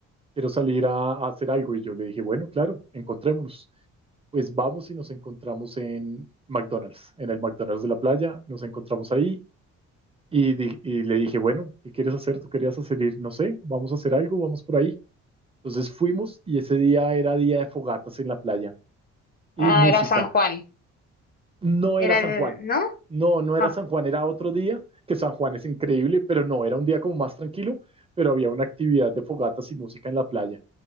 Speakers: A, on the right; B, on the left.
A: quiero salir a, a hacer algo y yo le dije, bueno, claro, encontrémonos. Pues vamos y nos encontramos en McDonald's, en el McDonald's de la playa, nos encontramos ahí y, di- y le dije, bueno, ¿qué quieres hacer? ¿Tú querías hacer ir? No sé, vamos a hacer algo, vamos por ahí. Entonces fuimos y ese día era día de fogatas en la playa y
B: Ah,
A: música.
B: era San Juan.
A: No
B: Era
A: era San
B: el,
A: Juan.
B: ¿no?
A: No, no era
B: No.
A: San Juan, era otro día, que San Juan es increíble, pero no, era un día como más tranquilo, pero había una actividad de fogatas y música en la playa.